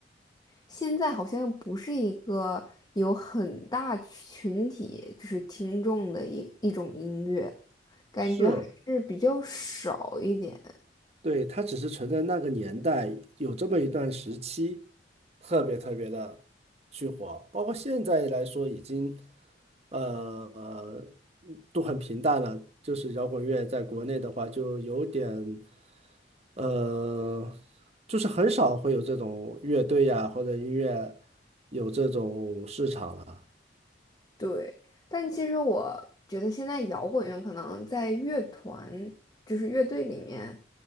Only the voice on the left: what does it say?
现在好像不是一个有很大群体就是听众的一一种音乐，感觉还是比较少一点。
对，但其实我觉得现在摇滚乐可能在乐团，就是乐队里面